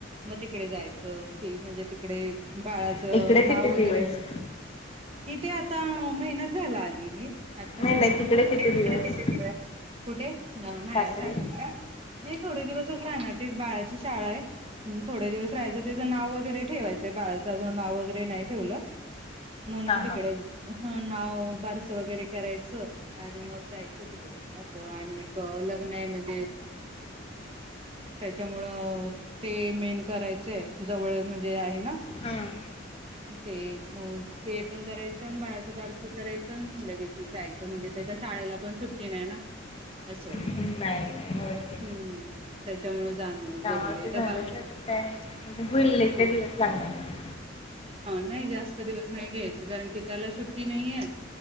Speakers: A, on the right (about 30°); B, on the left (about 30°).
A: मग तिकडे जायचं म्हणजे तिकडे - बाळाचं
B: नाही इकडे
A: नाव
B: किती
A: वगैरे
B: दिवस
A: इथे आता महिनाच झाला, आलीय मी. आत्ता
B: नाही
A: महिनाच
B: नाही तिकडे
A: झालाय. मग
B: दिवस
A: तिकडे किती दिवस? कुठे? ग माहे
B: सासरे
A: सासरी का? नाही, थोडे दिवसच राहणार. ते बाळाची शाळा आहे. थोडे दिवस राहायचं, त्याचं नाव वगैरे ठेवायचंय. बाळाचं अजून नाव वगैरे नाही ठेवलं. म्हणून
B: हा
A: तिकडे
B: हा
A: नाव, बारसं वगैर करायचं आणि मग जायचं ति असं आणिक, लग्न आहे म्हणजे त्यामुळं ते मेन करायचंय, जवळय म्हणजे आहे ना?
B: हम्म.
A: ते ऊं, ते पण करायचं न् बाळाचं बारसं करायचं न् लगेच जायचं म्हणजे त्याच्या शाळेला पण सुट्टी नाही ना, असं.
B: नाही नाही, होय. की
A: हम्म त्याच्यामुळंच. हं,
B: त्यामुळे ते झालंच नाही तर काय म्हणजे होईल लय काही दिवस लागणार नाही
A: नाही जास्त दिवस नाही घ्यायचे. कारण की त्याला सुट्टी नाहीये,